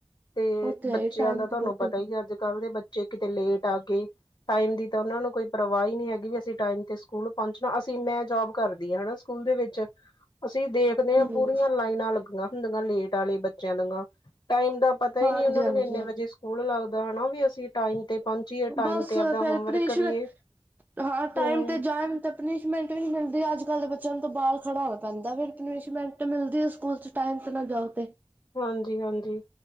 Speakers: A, on the left; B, on the right.
A: ਤੇ
B: ਉਹ ਹੈ
A: ਬੱਚਿਆਂ
B: ਹੀ, ਟਾਈਮ
A: ਦਾ ਤੁਹਾਨੂੰ
B: ਤਾਂ ਬਹੁਤ
A: ਪਤਾ
B: ਹਮ
A: ਹੀ ਹੈ ਅੱਜ ਕੱਲ੍ਹ ਦੇ ਬੱਚੇ ਕਿਤੇ ਲੇਟ ਆ ਗਏ ਟਾਈਮ ਦੀ ਤਾਂ ਉਹਨਾਂ ਨੂੰ ਕੋਈ ਪਰਵਾਹੀ ਨਹੀਂ ਹੈਗੀ ਵੀ ਅਸੀਂ ਟਾਈਮ ਤੇ ਸਕੂਲ ਪੋਂਚਣਾ ਅਸੀਂ ਮੈਂ ਜੋਬ ਕਰਦੀ ਆ ਸਕੂਲ ਦੇ ਵਿੱਚ ਅਸੀਂ ਦੇਖਦੇ ਹਾਂ
B: ਹਮ
A: ਪੂਰੀਆਂ ਲਾਈਨਾਂ ਲੱਗੀਆਂ ਹੁੰਦੀਆਂ ਲੇਟ ਵਾਲੇ ਬੱਚਿਆਂ ਦ ਟਾਈਮ ਦਾ ਪਤਾ
B: ਹਾਂਜੀ
A: ਹੀ ਨੀ ਉਹਨਾ
B: ਹਾਂਜੀ
A: ਨੂੰ ਵੀ ਇੰਨੇ ਵਜੇ ਸਕੂਲ ਲੱਗਦਾ ਹੈਾ ਵੀ ਅਸੀਂ ਟਾਈਮ ਤੇ ਪੋਂਚ ਟਾਈਮ
B: ਬਸ
A: ਤੇ ਆਪ
B: ਫਿਰ
A: ਹੋਮਵਰਕ
B: ਪਨਿਸ਼ਮੈਂ
A: ਕਰੀਏ
B: ਹਾਂ ਟਾਈਮ
A: ਹਮ
B: ਤੇ ਜਾਣ ਤੇ ਪਨੀਸ਼ਮੈਂਟ ਵੀ ਨਹੀਂ ਮਿਲਦੀ ਅੱਜ ਕੱਲ੍ਹ ਦੇ ਬੱਚਿਆਂ ਨੂੰ ਤੋਂ ਬਾਰ ਖੜ੍ਹਾ ਹੋਣਾ ਪੈਂਦਾ ਫਿਰ ਪ ਪੁਨਿਸ਼ਮੈਂਟ ਤੇਮਿਲਦੀ ਹੈ ਸਕੂਲ 'ਚ ਟਾਈਮ ਚ ਨਾ ਜਾਓਤੇ
A: ਹਾਂਜੀ ਹਾਂਜੀ